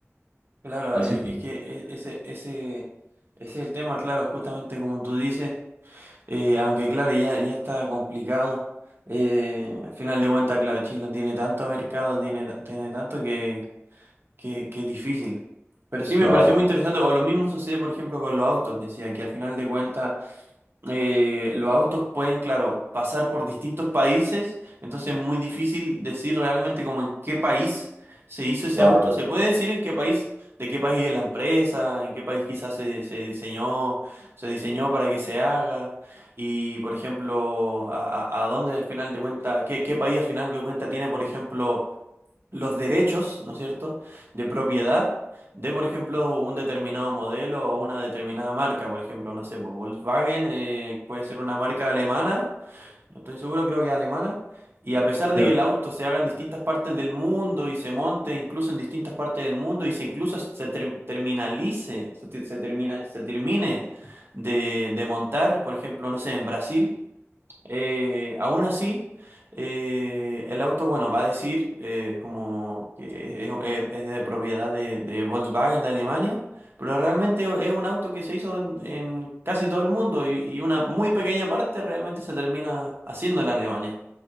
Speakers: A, on the right; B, on the right.
A: claro,
B: Así,
A: es, es que e- ese, ese, ese es el tema, claro, justamente como tú dices. Eh, aunque claro, ya, ya está complicado. Eh, al final de cuentas, claro, Chile no tiene tanto mercado, tiene, ta- tiene tanto que, que, que es difícil. Pero sí
B: claro,
A: me pareció muy interesante, o lo mismo sucede, por ejemplo, con los autos, decía que al final de cuentas eh, los autos pueden, claro, pasar por distintos países, entonces es muy difícil decir realmente como en qué país se hizo ese
B: claro.
A: auto. Se puede decir en qué país, de qué país es la empresa, en qué país quizás se, se diseñó, se diseñó para que se haga, y por ejemplo, a, a- a dónde al final de cuenta, qué, qué país al final de cuenta tiene, por ejemplo, los derechos, ¿no es cierto?, de propiedad de, por ejemplo, un determinado modelo o una determinada marca, por ejemplo, no sé, pues, Volkswagen eh, puede ser una marca alemana, no estoy seguro, creo que es alemana, y a pesar
B: Sí,
A: de que el auto se haga en distintas partes del mundo y se monte incluso en distintas partes del mundo y se incluso se ter- terminalice, se, te- se termina, se termine de, de montar, por ejemplo, no sé, en Brasil. Eh, aún así, eh, el auto, bueno, va a decir eh, como que es, es- es de propiedad de, de Volkswagen de Alemania, pero realmente es un auto que se hizo en, en casi todo el mundo y, y una muy pequeña parte realmente se termina haciendo en Alemania,